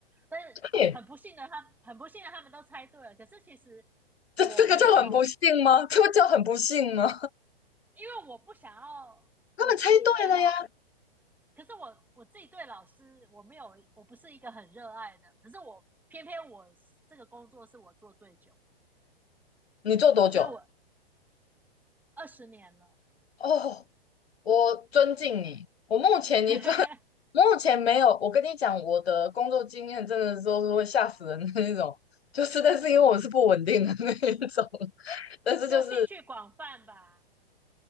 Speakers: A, in the centre; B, on the left.
A: 但是很不幸的他，
B: 嘿，
A: 很不幸的他们都猜对了。可是其实
B: 这这个就很不幸吗？
A: 我没有，
B: 这不就很不幸吗？
A: 因为我不想要我自己对老
B: 他们猜对了呀！
A: 可是我我自己对老师我没有，我不是一个很热爱的，可是我偏偏我这个工作是我做最久，
B: 你做多久？
A: 所以我 <laughs> 二十年了
B: 哦，我尊敬你。我目前一份，
A: <laughs>，
B: <laughs> 目前没有。我跟你讲，我的工作经验真的都是会吓死人的那种，就是但是因为我是不稳定的那一种，但是就是
A: 就兴趣广泛吧。